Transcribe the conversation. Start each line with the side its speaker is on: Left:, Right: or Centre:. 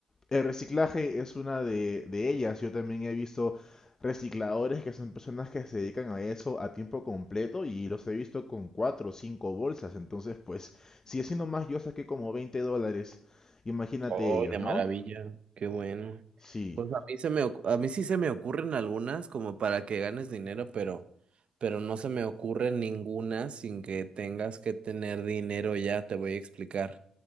Left: el reciclaje es una de, de ellas. Yo también he visto recicladores que son personas que se dedican a eso a tiempo completo y los he visto con cuatro o cinco bolsas. Entonces, pues, si haciendo más, yo saqué como 20 dólares. Imagínate
Right: ¡Oh,
Left: ellos,
Right: de
Left: ¿no?
Right: maravilla! ¡Qué bueno!
Left: Sí.
Right: Pues a mí se me, ocu- a mí sí se me ocurren algunas como para que ganes dinero, pero, pero no se me ocurre ninguna sin que tengas que tener dinero ya, te voy a explicar.